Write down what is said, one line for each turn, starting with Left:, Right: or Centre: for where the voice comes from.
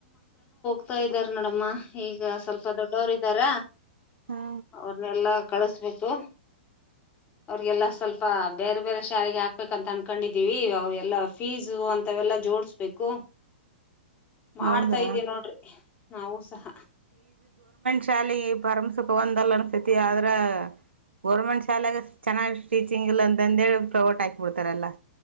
Left: ಹೋಗತ ಇದ್ದಾರೆ ನೋಡಮ್ಮ ಈಗ ಸ್ವಲ್ಪ ದೊಡ್ಡವರು ಇದ್ದಾರ
Right: ಹಾ
Left: ಅವ್ರನ್ನೆಲ್ಲಾ ಕಳಸ್ಬೇಕು ಅವ್ರಿಗೆಲ್ಲ ಸ್ವಲ್ಪ ಬೇರೆ ಬೇರೆ ಶಾಲೆಗೆ ಹಾಕ್ಬೇಕಂತ ಅನ್ಕೊಂಡಿದೀವಿ ಅವ ಎಲ್ಲಾ ಫೀಸು ಅಂತವೆಲ್ಲಾ ಜೋಡಸ್ಬೇಕು ಮಾಡ್ತಾ
Right: ಹೌದಾ
Left: ಇದೀ ನೋಡ್ರಿ ನಾವು ಸಹ
Right: ಶಾಲೆಗೆ ಪರಮ ಸುಖ ಒಂದಲ್ಲ ಅನ್ಸತಿ ಆದ್ರ ಗೋರ್ಮೆಂಟ್ ಶಾಲೆೆಗೆ ಚೆನ್ನಾಗ್ ಟೀಚಿಂಗ್ ಇಲ್ಲ ಅಂತಂದಿ ಪ್ರಮೋಟ್ ಹಾಕಿಬಿಡ್ತಾರಲ್ಲಾ